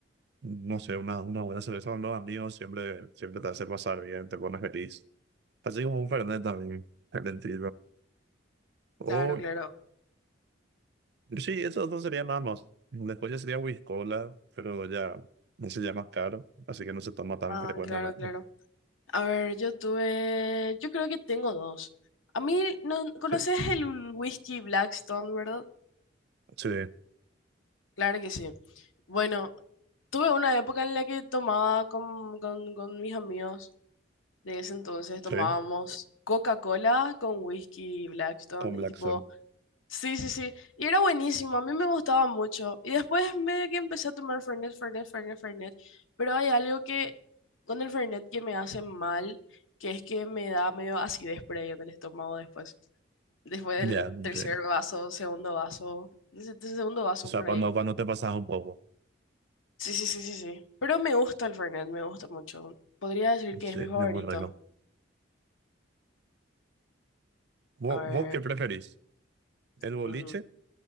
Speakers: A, on the right (about 55°); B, on the left (about 85°).
A: No sé, una, una buena cerveza con los amigos siempre, siempre te hace pasar bien, te pones feliz. Así como un Fernet también, excelente. O,
B: Claro, claro.
A: sí, esos dos serían nada más. Después ya sería whisky cola, pero ya ese ya es más caro, así que no se toma tan
B: Ah,
A: frecuentemente.
B: claro, claro. A ver, yo tuve, yo creo que tengo dos. A mí, ¿no conoces
A: Sí,
B: el whisky Blackstone, verdad?
A: sí,
B: Claro que sí. Bueno, tuve una época en la que tomaba con, con, con mis amigos de ese entonces,
A: sí,
B: tomábamos Coca-Cola con whisky Blackstone
A: con Black
B: y tipo...
A: Sun.
B: Sí, sí, sí. Y era buenísimo, a mí me gustaba mucho. Y después medio que empecé a tomar Fernet, Fernet, Fernet, Fernet. Pero hay algo que con el Fernet que me hace mal, que es que me da medio acidez por ahí en el estómago después. Después
A: Ya,
B: del
A: sí.
B: tercer vaso, segundo vaso, desde segundo vaso
A: O sea,
B: por
A: cuando,
B: ahí.
A: cuando te pasas un poco.
B: Sí, sí, sí, sí, sí. Pero me gusta el Fernet, me gusta mucho. Podría decir que
A: Sí,
B: es mi
A: es
B: favorito.
A: muy rico. ¿Vos,
B: A ver.
A: vos qué preferís? ¿El boliche,
B: ujú.